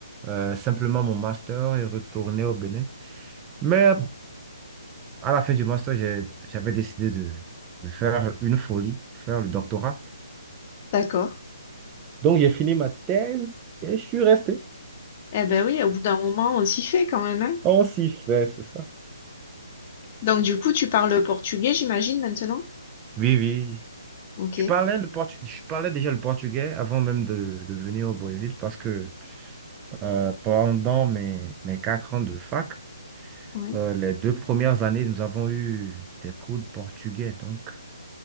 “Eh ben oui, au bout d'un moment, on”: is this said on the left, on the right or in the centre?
Left